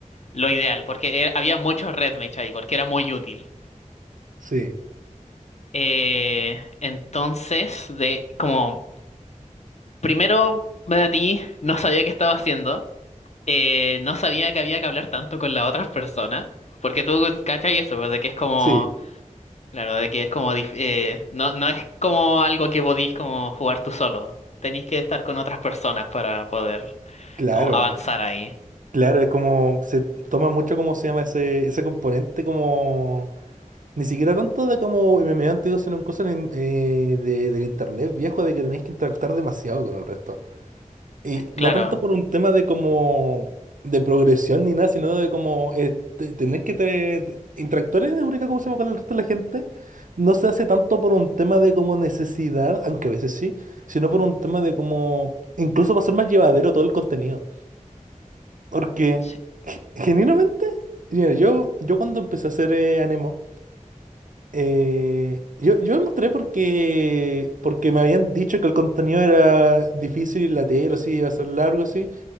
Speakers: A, on the left; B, on the right.
A: lo ideal, porque era- había muchos Red Mage ahí, porque era muy útil.
B: Sí,
A: Eh, entonces, de como primero me metí, no sabía qué estaba haciendo. Eh, no sabía que había que hablar tanto con las otras personas, porque tú cachai eso, pues, de que es como,
B: sí,
A: claro, de que es como, dif- eh, no, no es como algo que podís como jugar tú solo, tenéis que estar con otras personas para poder
B: claro,
A: como avanzar ahí.
B: claro, es como... Se toma mucho como se llama ese, ese componente como Ni siquiera tanto de como MMA antiguo, sino un cosa en- eh, de- del internet viejo de que tenéis que interactuar demasiado con el resto. Y no
A: Claro.
B: tanto por un tema de como de progresión ni nada, sino de como eh, te- tenés que te- interactuar en Eureka como se llama con el resto de la gente. No se hace tanto por un tema de como necesidad, aunque a veces sí, sino por un tema de como incluso va a ser más llevadero todo el contenido. Porque
A: Sí,
B: ge- genuinamente, mira, yo, yo cuando empecé a hacer eh, Anemo, eh, yo, yo entré porque, porque me habían dicho que el contenido era difícil y latero, así iba a ser largo, así